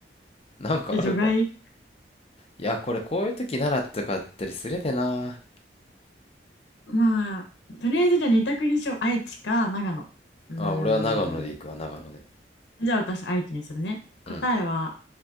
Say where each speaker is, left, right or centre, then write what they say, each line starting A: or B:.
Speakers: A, on the left (about 35°); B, on the left (about 85°).
A: なんかあるか
B: え、除外
A: いやこれこういう時奈良とかあったりするでな
B: まあ、とりあえずじゃあ二択にしよう。愛知か長野。うーん。
A: あ俺は長野で行くわ長野で
B: じゃあ私愛知にするね。
A: うん
B: 答えは、